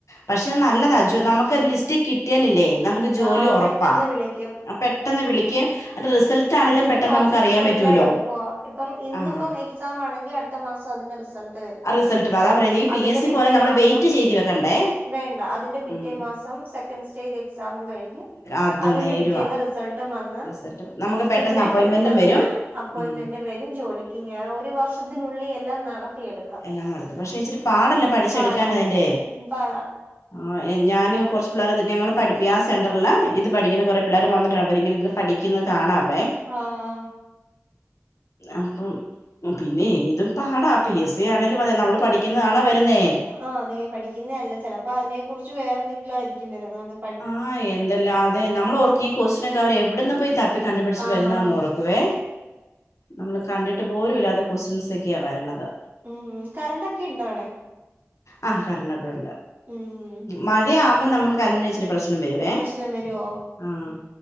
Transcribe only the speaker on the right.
ആഹ്
പെട്ടെന്ന് വിളിക്കും
അതിന്റെ
പ്രോസസിങ്
എല്ലാം
എളുപ്പവാ ഇപ്പം ഇന്നിപ്പം
എക്സ് എക്സാം ആണെങ്കി അടുത്ത മാസം അതിൻ്റെ റിസൾട്ട് വരും
അതിന്റെ
പിറ്റേ
മാസം
വേണ്ട അതിന്റെ പിറ്റേ
മാസം സെ സെക്കന്റ് സ്റ്റേജ് എക്സാമും കഴിഞ്ഞ്
അതിന്റെ
പിറ്റേന്ന് റിസൾട്ടും വന്ന്
പിന്നെ
പെട്ടെന്ന്
അപ്പോയിൻറ്മെന്റും
വരും ജോലി -- ക്കും കേറാം ഒരു വർഷത്തിനുള്ളിൽ എല്ലാം നടത്തിയെടുക്കും.
പാടാ
പാടാ
ആഹ്
ആഹ് അതെ പഠിക്കുന്ന അല്ല ചിലപ്പോ അതിനെ കുറിച്ച് വേറെ എന്തെങ്കിലും ആയിരിക്കും വരുന്നത് അത്
ആഹ്
ഉം കറണ്ട് ഒക്കെ ഇണ്ടോ അവിടെ
ഉം
പ്രശ്നം
വരുവോ